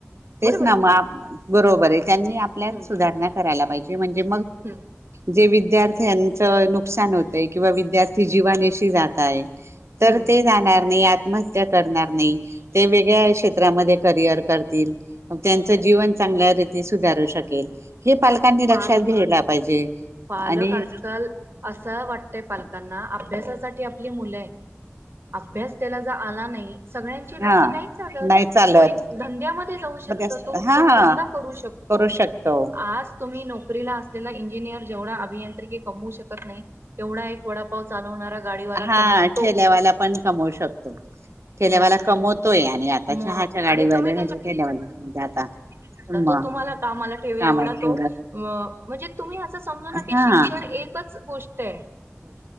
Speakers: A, on the right (about 80°); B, on the right (about 60°).
A: तेच
B: बरोबर
A: ना
B: की
A: म.
B: नाही
A: बरोबर आहे. त्यांनी आपल्यात
B: हम्म
A: सुधारणा करायला पाहिजे म्हणजे.
B: हम्म
A: की विद्यार्थ्यां नुकसान होतय. किंवा विद्यार्थी जीवा. ती जाताय तर
B: हम्म
A: ते जाणार नाही. आत्महत्या करणार नाही. ते वेगळ्या क्षेत्रामध्ये करिअर करतील. मग त्यांचं जीवन चांगल्या रीती सुधारू शकेल. हे पालकांनी लक्षात
B: पाल
A: घेयला पाहिजे.
B: पालक
A: आणि
B: आजकाल असा वाटतय पालकांना अभ्यासाच. पण ती आपली मुलं आहेत. अभ्यास त्याला ज आला नाही सगळ्यांची डोकी
A: हा
B: नाही चालत.
A: नाही चालत
B: कोणी धंद्यामध्ये जाऊ शकतो
A: मग त्या
B: तो उत्तम
A: हा
B: धंदा करू शकतो.
A: करू शकतो
B: आज तुम्ही नोकरीला असलेला इंजिनिअर. जेवा अभियांत्रिकी कमवू शकत नाही. तेवढा एक वडापाव चालवणारा गाडीवाला
A: हा
B: कमवतो
A: ठेलेवाला पण कमवू शकतो. केल्यावाला
B: मग
A: कमवतोय. आणि आता
B: मग
A: चहाच्या गाडीवा
B: आणि तुम्ही
A: केल्यावा आता. म
B: त तुम्हाला कामाला ठेवेल
A: कामाची
B: एवढा तो. अ म्हणजे तुम्ही असं समजू ना की
A: हा
B: शिक्षण एकच गोष्ट आहे.